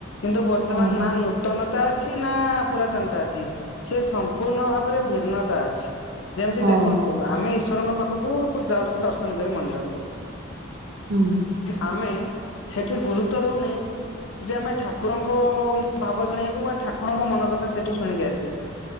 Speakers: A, on the left; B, on the right.
A: କିନ୍ତୁ ବର୍ତ୍ତମାନ
B: ହଁ
A: ନା ନୂ ତନତା ଅଛି ନା ପୁରାତନତା ଅଛି ସେ ସମ୍ପୂର୍ଣ୍ଣ ଭାବରେ ଭିନ୍ନତା ଅଛି। ଯେମିତି
B: ହଁ
A: ଦେଖନ୍ତୁ ଆମେ ଈଶ୍ଵରଙ୍କ ପାଖକୁ ଯାଉଛୁ ଦର୍ଶନ କରି ମନ୍ଦିରକୁ।
B: ହୁଁ।
A: ଆମେ ସେଠି ଗୁରୁତ୍ୱ ଦଉନି ଯେ ଆମେ ଠାକୁରଙ୍କ ଭାବ ଜଣେଇବୁ ବା ଠାକୁଡଙ୍କ ମନ କଥା ସେଇଠୁ ଶୁଣିକି ଆସିବୁ।